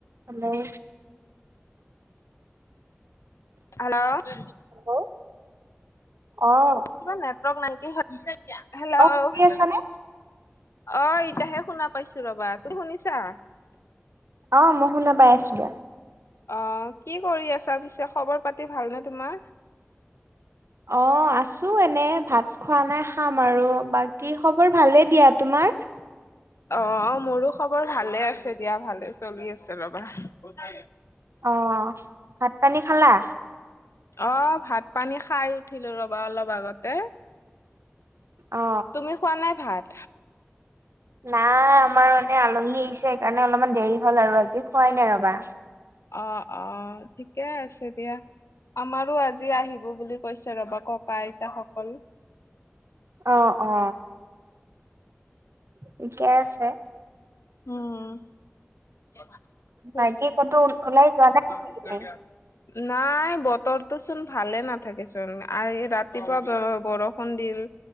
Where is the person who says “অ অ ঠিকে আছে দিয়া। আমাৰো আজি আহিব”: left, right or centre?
Left